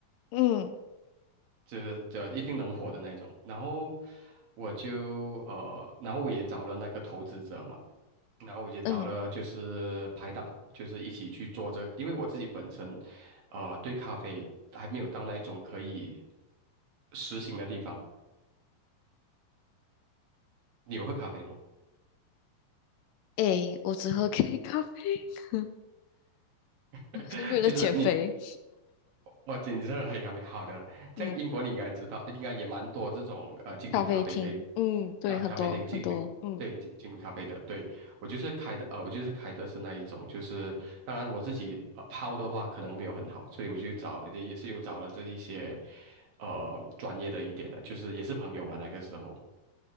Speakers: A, on the left (about 80°); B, on the right (about 75°).
A: 嗯，
B: 就是这一定能火的那一种。然后我就呃，然后我也找了那个投资者嘛。然后我就找了就是拍档，
A: 嗯，
B: 就是一起去做这个因为我自己本身，呃，对咖啡还没有到那一种可以实行的地方。你有喝咖啡吗？
A: 诶，我只喝 <laughs> K 咖啡，<laughs>
B: <laughs>
A: 是为了减肥。
B: 就是你哦，精品黑咖啡，好的。像英国你应该知道，
A: 嗯，
B: 应该也蛮多这种呃精品咖啡店
A: 咖啡厅，嗯对，
B: 啊，
A: 很多很多。
B: 咖啡店精品，
A: 嗯
B: 对，精精品咖啡的。对，我就是开的，啊，我就是开的是那一种，就是当然我自己呃泡的话可能没有很好，所以我就找也也是有找了这一些呃专业的一点的，就是也是朋友嘛那个时候，